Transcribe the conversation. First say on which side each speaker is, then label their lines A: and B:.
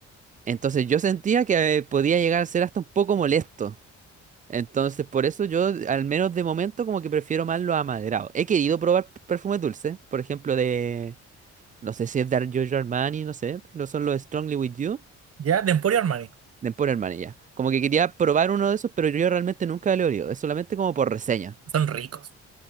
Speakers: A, on the right; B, on the right.
A: Entonces yo sentía que eh, podía llegar a ser hasta un poco molesto. Entonces, por eso yo, al menos de momento, como que prefiero más los amaderados. He querido probar p- perfumes dulces, por ejemplo, de, no sé si es de Giorgio Armani, no sé, pero son los Strongly With You,
B: ya, de Emporio Armani.
A: de Emporio Armani ya. Como que quería probar uno de esos, pero yo realmente nunca lo he olido, es solamente como por reseña.
B: Son ricos,